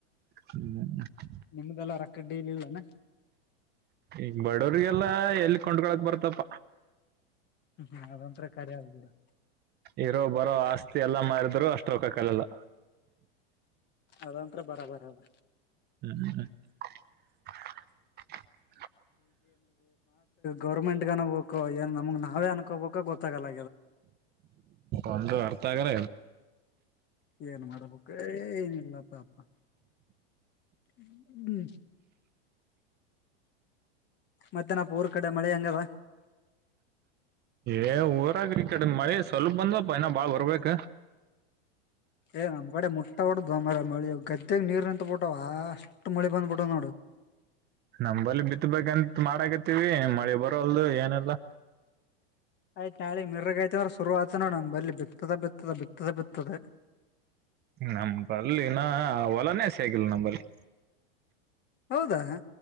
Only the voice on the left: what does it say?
ನಿಮ್ದಲ್ಲ ರಕ್ಕಡ್ಡಿಲಿ ಇಲ್ಾನ
ಹ್ಮ ಹ್ಮ ಅದೊಂತತ್ರ <unintelligible> ಬುಡು
ಅದಂತ್ರ ಬರ ಬರ ಅದ
ಗೌರ್ಮೆಂಟ್ ಅನ್ಬಬೇಕೋ ಏನ್ ನಮಗ್ ನಾವೇ ಅನ್ಕೋಬೇಕೋ ಗೊತ್ತಾಗಲ್ಲ
ಏನ್ ಮಾಡಬೇಕಕ್ ಏನಿಲ್ಲಪ್ಪಾಪ ಹ್ಮ್ ಮತ್ತೆ ನಾ ಪ ಪೂರ್ ಕಡೆ ಮಳೆ ಹೆಂಗಾದ
ಏ್ ನಮ್ಗಡೆ ಮುಟ್ಟ ಹೊಡ್ದು ಅರ ಮಳಿ ಗದ್ದೆಗ್ ನೀರ್ ನಿತ್ ಬಿಿಟ್ಟ ಅಷ್ಟು ಮಳಿ ಬಂದ್ಬಿಟ್ಟಾವ್ ನೋಡು
ಆಯ್ತು ನಾಳಗ್ ಮಿರ್ಗಾಯ್ತ ಅಂದ್ರ ಶುರು ಆತ ನೋಡ ನಮ ಬರಲಿ ಬಿತ್ತದ ಬಿತ್ತದ ಬಿತ್ತದ ಬಿತ್ತದೆ
ಹೌದಾ